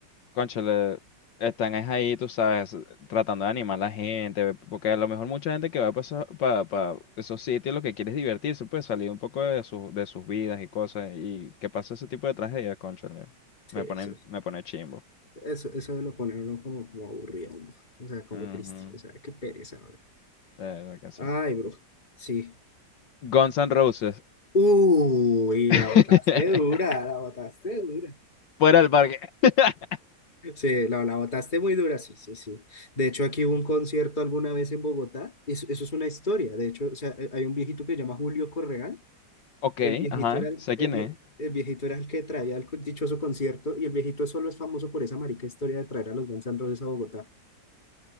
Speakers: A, on the left; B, on the left.
A: Cónchale, están es ahí, tú sabes, tratando de animar a la gente, porque a lo mejor mucha gente que va para esos sitios lo que quiere es divertirse, pues salir un poco de sus, de sus vidas y cosas, y que pasa ese tipo de tragedias, cónchale.
B: sí,
A: Me
B: eso,
A: pone, me pone chimbo.
B: eso, eso de lo pone a uno como, como aburrido, bro. o sea, como
A: Ujú,
B: triste, o sea, qué pereza, bro.
A: de verdad que sí.
B: Ay, bro, sí.
A: Guns N' Roses.
B: Uy,
A: <laughs>
B: la botaste dura, la botaste dura.
A: Fuera del parque. <laughs>
B: Sí, la, la botaste muy dura, sí, sí, sí. De hecho, aquí hubo un concierto alguna vez en Bogotá, eso, eso es una historia, de hecho, o sea, eh, hay un viejito que se llama Julio Correal,
A: Ok,
B: Y el viejito
A: ajá,
B: era el,
A: sé
B: el
A: quién
B: vie-
A: es.
B: el viejito era el que traía el dichoso concierto y el viejito solo es famoso por esa marica historia de traer a los Guns N' Roses a Bogotá.